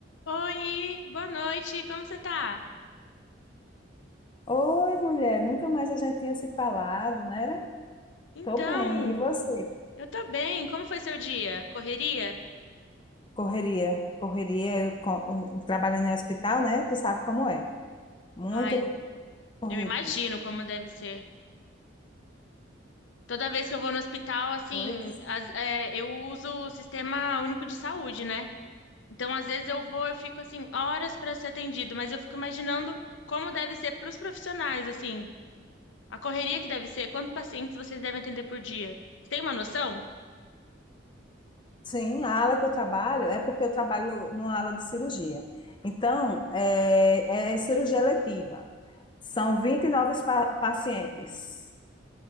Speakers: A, on the left (about 75°); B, on the left (about 25°).
A: Oi, boa noite, como você tá?
B: Oi, mulher, nunca mais a gente tinha se falado, né? Era-
A: Então,
B: Tô bem. E você?
A: eu tô bem, como foi seu dia? Correria?
B: Correria, correria, eu co- trabalhando em hospital, né? Tu sabe como é. Muita
A: Ai,
B: correria.
A: eu imagino como deve ser. Toda vez que eu vou no hospital, assim,
B: Pois.
A: as- é, eu uso o Sistema Único de Saúde, né? Então, às vezes eu vou, eu fico, assim, horas pra ser atendido, mas eu fico imaginando como deve ser pros profissionais, assim, a correria que deve ser, quantos pacientes vocês devem atender por dia? Você tem uma noção?
B: Sim, a ala que eu trabalho é porque eu trabalho numa ala de cirurgia. Então, é, é cirurgia letiva. São 29 pa pacientes.